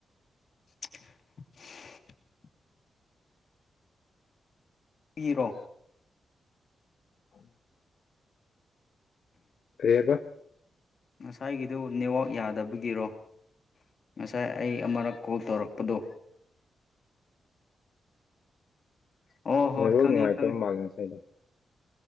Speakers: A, on the left (about 50°); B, on the left (about 65°).
A: <unintelligible> ꯔꯣ
B: ꯎ ꯍꯥꯏꯕ
A: ꯉꯁꯥꯏꯒꯤꯗꯨ ꯅꯦꯠꯋꯥꯛ ꯌꯥꯗꯕꯒꯤꯔꯣ ꯉꯁꯥꯏ ꯑꯩ ꯑꯃꯨꯔꯛ ꯀꯣꯜ ꯇꯧꯔꯛꯄꯗꯣ ꯑꯣ
B: ꯅꯕꯨꯥꯎ
A: ꯍꯣꯏ ꯈꯪꯉꯦ
B: ꯅꯨꯡꯉꯥꯏꯇꯕ
A: ꯈꯪꯉꯦ
B: ꯃꯥꯜꯂꯦ ꯉꯁꯥꯏꯗ